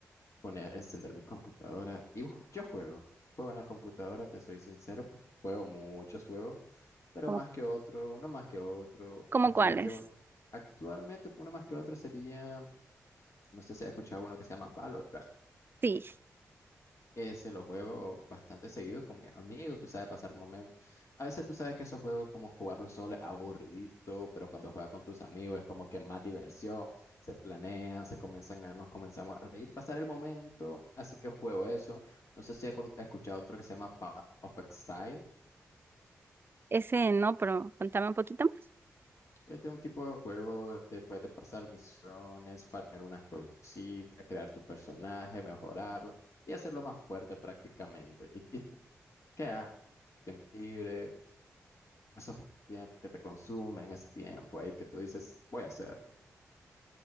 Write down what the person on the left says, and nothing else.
poner, encender mi computadora y ju- yo juego. Juego en la computadora, te soy sincero, pu- juego muchos juegos, pero
más que otro, uno más que otro.
Actualmente,
un, actualmente uno más que otro sería, no sé si has escuchado uno que se llama Valorant.
eh, se los juego bastante seguido con mi amigo, tú sabes pasar momentos. A veces tú sabes que esos juegos como jugarlo solo es aburridito, pero cuando juegas con tus amigos es como que más diversión, se planean, se comienzan a, nos comenzamos a reír, pasar el momento, así que juego eso. No sé si has con- escuchado otro que se llama Path of Exile.
Este es un tipo de juego de puedes pasar misiones, farmear unas cositas, crear tu personaje, mejorarlo y hacerlo más fuerte prácticamente. ¿Y, y tú qué haces? tiempo libre? Eso fue tiempo que te consumen, es tiempo ahí que tú dices, voy a hacerlo.